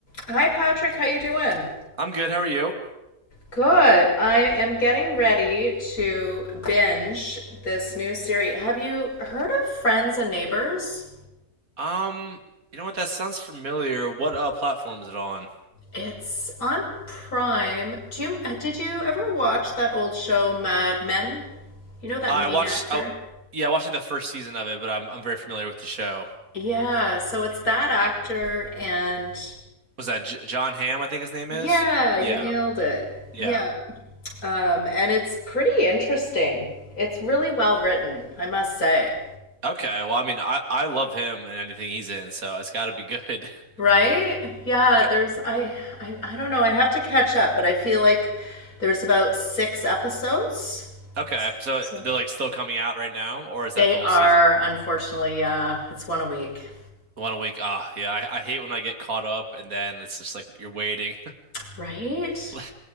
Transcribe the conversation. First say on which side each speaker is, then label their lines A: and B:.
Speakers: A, on the left; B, on the right.
A: Hi Patrick, how you doing?
B: I'm good. How are you?
A: Good. I am getting ready to binge this new series. Have you heard of Friends and Neighbors?
B: Um, you know what? That sounds familiar. What uh platform is it on?
A: It's on Prime. Do you uh, did you ever watch that old show Mad Men? You know that
B: I
A: main
B: watched.
A: actor?
B: I, yeah, I watched like the first season of it, but I'm I'm very familiar with the show.
A: Yeah, so it's that actor and
B: Was that J John Hamm? I think his name
A: yeah,
B: is.
A: you
B: Yeah,
A: nailed it.
B: yeah.
A: Yeah. Um, and it's pretty interesting. It's really well written, I must say.
B: Okay. Well, I mean, I I love him and anything he's in, so it's got to be good. <laughs>
A: Right? Yeah,
B: I-
A: there's I, I I don't know. I have to catch up, but I feel like there's about six episodes.
B: Okay. So
A: So
B: they're like still coming out right now, or is
A: they
B: that the
A: are
B: whole season?
A: unfortunately uh it's one a week.
B: One a week. Ah, yeah. I, I hate when I get caught up and then it's just like you're waiting.
A: Right?
B: <laughs>